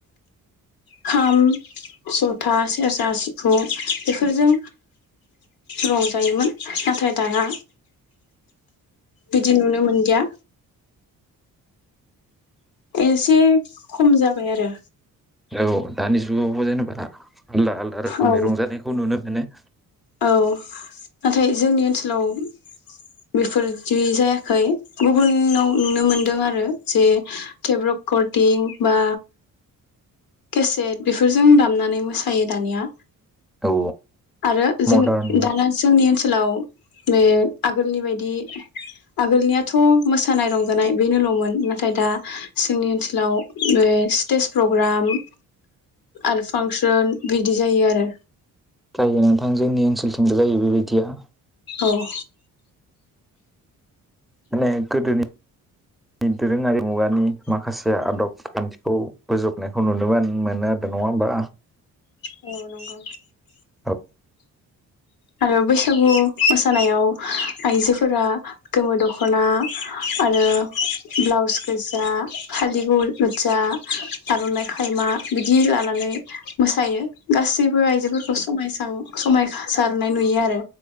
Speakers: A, on the left; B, in the centre.
A: खाम जथा सेरजा सिफुं बेफोरजों रंजायोमोन नाथाय दाना बिदि नुनो मोनलिया। एसे खम जाबाय आरो।
B: औ दानि जुगावबो जेनबा। आलदा आलदा रोखोमै
A: औ
B: रंजानायखौ नुनो मोनो।
A: औ नाथाय जोंनि ओनसोलाव बेफोरदि जायाखै गुबुनाव नुनो मोनदों आरो जे थेप रेकर्डटिं बा। केसेट बेफोरजों दामनानै मोसायो दानिया।
B: औ
A: आरो
B: मदार्न
A: जों दाना जोंनि ओनसोलाव बे आगोलनि बायदि। बिदि आगोलनियाथ' मोसानाय रंजानाय बेनोल'मोन नाथाय दा जोंनि ओनसोलाव ओ स्टेज प्रग्राम। आरो फांसन बिदि जायो आरो।
B: जायो नोंथां जोंनि ओनसोलथिंबो जायो बेबायदिया।
A: औ।
B: माने गोदोनि <unintelligible> दोरोङारि मुगानि माखासे आदब खान्थिखौ बोजबनायखौ नुनो मोन। मोनो आदो नङा होमबा।
A: औ नंगौ।
B: <unintelligible>
A: आरो बैसागु मोसानायाव आइजोफोरा गोमो दख'ना आरो। ब्लाउस गोज जा फालि गु जा आर'नाइ खायमा बिदि लानानै मोसायो। गासैबो आइजोफोरखौ समायसो <unintelligible> समायखा सारनाय नुयो आरो